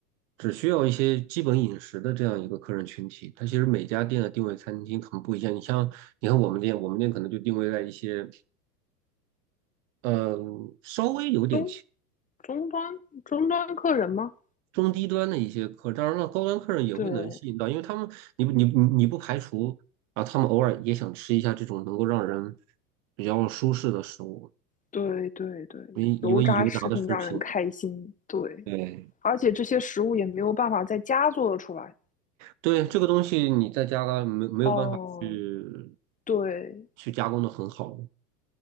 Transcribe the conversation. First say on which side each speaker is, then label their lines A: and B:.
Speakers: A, on the right (about 50°); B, on the left (about 15°).
A: 只需要一些基本饮食的这样一个客人群体。它其实每家店的定位餐厅很不一样。你像，你看我们店，我们店可能就定位在一些，嗯、稍微有点轻
B: 中终端终端客人吗？
A: 中低端的一些客，当然了，高端客人也会能吸引到，
B: 对
A: 因为他们，你不你不你不排除啊，他们偶尔也想吃一下这种能够让人比较舒适的食物。
B: 对对对，
A: 因因为油炸的食品，
B: 油炸食品让人开心，对，
A: 对
B: 而且这些食物也没有办法在家做得出来。
A: 对，这个东西你在加了没没有办法去
B: 哦，对，
A: 去加工的很好，